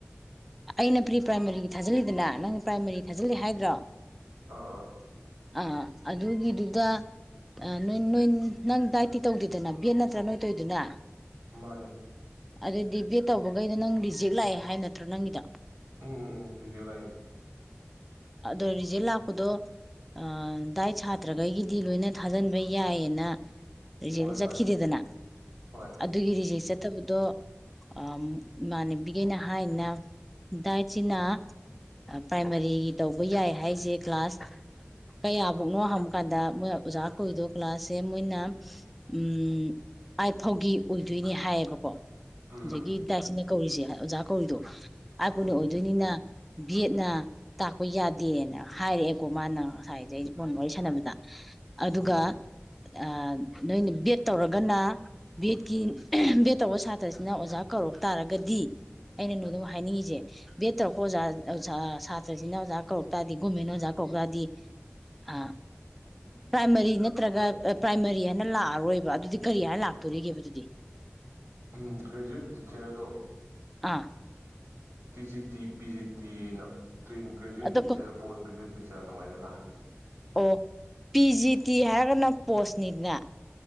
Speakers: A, in the centre; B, on the right.
A: ꯑꯩꯅ ꯄ꯭ꯔꯤ ꯄ꯭ꯔꯥꯏꯃꯥꯔꯤꯒꯤ ꯊꯥꯖꯤꯜꯂꯤꯗꯅ ꯅꯪ ꯄ꯭ꯔꯥꯏꯃꯥꯔꯤ ꯊꯥꯖꯤꯜꯂꯤ ꯍꯥꯏꯗ꯭ꯔꯣ
B: ꯑꯥ ꯑꯥ
A: ꯑ ꯑꯗꯨꯒꯤꯗꯨꯗ ꯅꯣꯏ ꯅꯣꯏ ꯅꯪ ꯗꯥꯏꯠꯇꯤ ꯇꯧꯗꯦꯗꯅ ꯕꯦꯠ ꯅꯠꯇ꯭ꯔꯥ ꯅꯣꯏ ꯇꯧꯏꯗꯨꯅ
B: ꯃꯥꯅꯦ
A: ꯑꯗꯨꯗꯤ ꯕꯦꯠ ꯇꯧꯕꯈꯩꯗꯣ ꯅꯪ ꯔꯤꯖꯦꯛ ꯂꯥꯛꯑꯦ ꯍꯥꯏ ꯅꯠꯇ꯭ꯔꯣ ꯅꯪꯒꯤꯗ
B: ꯎꯝ ꯎꯝ ꯎꯝ ꯔꯤꯖꯦꯛ ꯂꯥꯛꯏꯅꯦ
A: ꯑꯗꯣ ꯔꯤꯖꯦꯛ ꯂꯥꯛꯄꯗꯣ ꯑ ꯗꯥꯏꯠ ꯁꯥꯇ꯭ꯔꯒꯩꯒꯤꯗꯤ ꯂꯣꯏꯅ ꯊꯥꯖꯤꯟꯕ ꯌꯥꯏꯌꯦꯅ ꯔꯤꯖꯦꯛ
B: ꯍꯣꯏ
A: ꯆꯠꯈꯤꯗꯦꯗꯅ
B: ꯍꯣꯏ ꯍꯣꯏ
A: ꯑꯗꯨꯒꯤ ꯔꯤꯖꯦꯛ ꯆꯠ ꯐꯠꯇꯕꯗꯣ ꯑ ꯏꯃꯥꯟꯅꯕꯤꯈꯩꯅ ꯍꯥꯏꯅ ꯗꯥꯏꯠꯁꯤꯅ ꯄ꯭ꯔꯥꯏꯃꯥꯔꯤ ꯇꯧꯕ ꯌꯥꯏ ꯍꯥꯏꯁꯦ ꯀ꯭ꯂꯥꯁ ꯀꯌꯥꯐꯧꯅꯣ ꯍꯪꯕꯀꯥꯟꯗ ꯃꯣꯏꯅ ꯑꯣꯖꯥ ꯀꯧꯏꯗꯣ ꯀ꯭ꯂꯥꯁꯁꯦ ꯃꯣꯏꯅ ꯎ ꯑꯥꯏꯠ ꯐꯥꯎꯒꯤ ꯑꯣꯏꯗꯣꯏꯅꯤ ꯍꯥꯏꯌꯦꯕꯀꯣ
B: ꯎꯝ
A: ꯖꯤꯛꯀꯤ
B: ꯎꯝ
A: ꯗꯥꯢꯠꯁꯤꯅ ꯀꯧꯔꯤꯁꯦ ꯑꯣꯖꯥ ꯀꯧꯔꯤꯗꯣ ꯑꯩꯠꯕꯨꯅꯣ
B: ꯎꯝ
A: ꯑꯣꯏꯗꯣꯏꯅꯤꯅ ꯕꯤꯌꯦꯠꯅ ꯇꯥꯛꯄ ꯌꯥꯗꯦꯅ ꯍꯥꯏꯔꯛꯑꯦꯀꯣ ꯃꯥꯅ ꯉꯁꯥꯏꯗꯩ ꯑꯩꯁꯨ ꯐꯣꯟ ꯋꯥꯔꯤ ꯁꯥꯟꯅꯕꯗ ꯑꯗꯨꯒ
B: ꯎꯝ
A: ꯑꯥ ꯅꯣꯏꯅ ꯕꯦꯠ ꯇꯧꯔꯒꯅ ꯕꯦꯠꯀꯤ ꯕꯦꯠ ꯇꯧꯕ ꯁꯥꯇ꯭ꯔꯁꯤꯅ ꯑꯣꯖꯥ ꯀꯧꯔꯛ ꯇꯥꯔꯒꯗꯤ ꯑꯩꯅ ꯅꯣꯏꯗ ꯍꯥꯏꯅꯤꯡꯉꯤꯁꯦ ꯕꯦꯠ ꯇꯧꯔꯛꯄ ꯑꯣꯖꯥ ꯁꯥꯇ ꯆꯖꯤꯅ ꯑꯣꯖ ꯀꯧꯔꯛ ꯇꯥꯔꯗꯤ ꯒꯣꯔꯃꯦꯟꯅ ꯑꯣꯖ ꯀꯧꯔꯛ ꯇꯥꯔꯗꯤ ꯑ ꯄ꯭ꯔꯥꯏꯃꯔꯤ ꯅꯠꯇ꯭ꯔꯒ ꯄ꯭ꯔꯥꯏꯃꯔꯤ ꯑꯅ ꯂꯥꯛꯑꯔꯣꯏꯕ ꯑꯗꯨꯗꯤ ꯀꯔꯤ ꯍꯥꯏꯅ ꯂꯥꯛꯇꯣꯔꯤꯒꯦꯕ ꯑꯗꯨꯗꯤ
B: ꯎꯝ ꯒ꯭ꯔꯦꯖꯨꯋꯦꯠ ꯇꯤꯆꯔꯗꯣ
A: ꯑꯥ
B: T G T P G ꯇꯤꯅ ꯇ꯭ꯔꯦꯟ ꯒ꯭ꯔꯦꯖꯨꯋꯦꯠ
A: ꯑꯗꯣ
B: ꯇꯤꯆꯔ ꯄꯣꯁ ꯒ꯭ꯔꯦꯖꯨꯋꯦꯠ ꯇꯤꯆꯔ ꯑꯗꯨꯃꯥꯏꯅ ꯂꯥꯛꯍꯟ
A: ꯑꯣ ꯄꯤ ꯖꯤ ꯇꯤ ꯍꯥꯏꯔꯒꯅ ꯄꯣꯁꯅꯤꯅ